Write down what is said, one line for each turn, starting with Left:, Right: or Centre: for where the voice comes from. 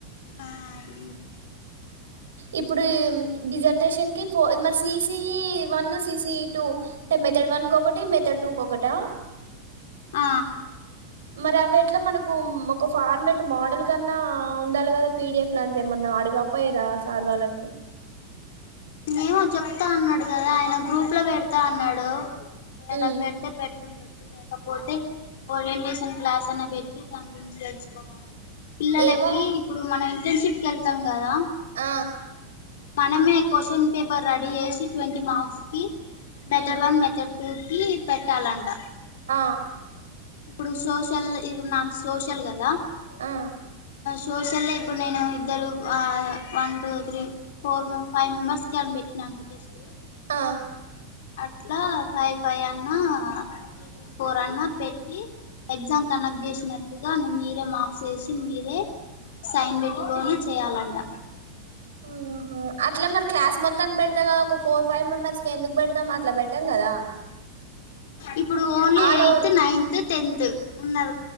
Left: ఆ <unintelligible>
Right: ఇప్పుడిమ్ డిజర్ట్ పేషేన్ట్ మరి ససిఈ వన్ సిసిఈ టూ అంటే మెథడ్ వన్ క ఒకటి మెథడ్ టూ కొకట
Left: ఆ
Right: మరి అవి ఎట్లా మనకు ఒక ఫార్మేట్ మోడల్ కన్నా ఉండాలి కదా పీడిఎఫ్ లాంటిది ఏమన్నా ఆడకపోయరా సార్ వాళ్ళని
Left: ఏమో చెప్తా అన్నాడు కదా ఆయన గ్రూప్ లో పెడతా అన్నాడు ఒకవేళ
Right: ఉమ్
Left: పెడితే పెట్టుండొచ్చు లేకపోతే ఓరియంటేషన్ క్లాస్ అని పెట్టి దాని గురించి తెలుచుకోమను పిల్లలకి
Right: ఏమో
Left: ఇప్పుడు మనం ఇంటర్న్షిప్ కి వెళ్తాం కదా
Right: ఆ
Left: మనమే క్వశ్చన్ పేపర్ రెడీ చేసి ట్వంటీ మార్క్స్ కి మెథడ్
Right: ఉమ్
Left: వన్ మెథడ్ టూకి పెట్టాలంట
Right: ఆ
Left: ఇప్పుడు సోషల్ ఇప్పుడు నా సోషల్ కదా
Right: ఆ
Left: సోషల్ల్లో ఇప్పుడు నేను ఇద్దరు ఆ one two three four five మెంబర్స్కి అని పెట్టినా ఇంకో టెస్టు
Right: ఆ
Left: అట్లా ఫైవ్ ఫైవ్ అన్నా, త్రీ ఫోర్ అన్నా పెట్ ఈ ఎగ్జామ్ కండక్ట్ చేసినట్టుగా ను మీరే మార్క్స్ వేసి మీరే సైన్ పెట్టుకొని చేయాలంట
Right: ఉహు అట్ల మరి క్లాస్ మొత్తానికి పెడతే కదా, ఒక ఫోర్ ఫైవ్ మెంబర్స్కే ఎందుకు పెడతాం? అట్లా పెట్టాం కదా
Left: ఇప్పుడు only
Right: all
Left: eighth,
Right: over
Left: ninth, tenth ఉన్నరు.